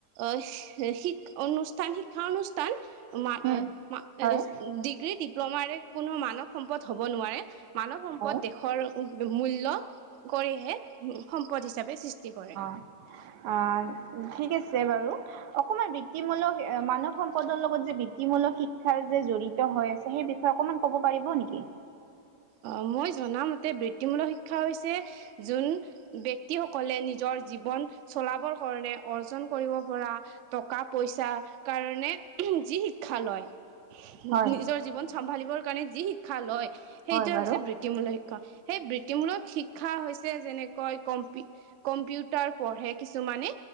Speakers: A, on the right (about 70°); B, on the right (about 85°).
A: আহ শি অনুষ্ঠান শিক্ষা অনুষ্ঠান মা,
B: উম
A: মা ডিগ্ৰী,
B: হয় হয়
A: ডিপ্ল'মাৰে কোনো মানৱ সম্পদ হব নোৱাৰে। মানৱ সম্পদ
B: হয়
A: দেশৰ মূল্য কৰিহে সম্পদ হিচাপে সৃষ্টি টি কৰে।
B: অ অ' ঠিক আছে বাৰু। অকমান বৃত্তিমূলক মানৱ সম্পদৰ লগত যে বৃত্তিমূলক শিক্ষাৰ যে জড়ি জড়িত হৈ আছে সেই বিষয়ে অকণমান ক'ব পাৰিব নেকি?
A: অ' মই জনামতে বৃত্তিমূলক শিক্ষা হৈছে যোন ব্যয়ক্তি সকলে নিজৰ জীৱন চলাবৰ কাৰণে অৰ্জন কৰিব পৰা টকা পইচাৰ কাৰণে যি শিক্ষা লয়।
B: হয়
A: নিজৰ জীৱন চম্ভালিবৰ কাৰণে যি শিক্ষা লয় সেইটোৱে
B: হয় বাৰু
A: হৈছে বৃত্তিমূলক শিক্ষা সেই বৃত্তিমূলক শিক্ষা হৈছে যেনেকৈ কম্পি কম্পিউটাৰ পঢ়ে কিছুমানে।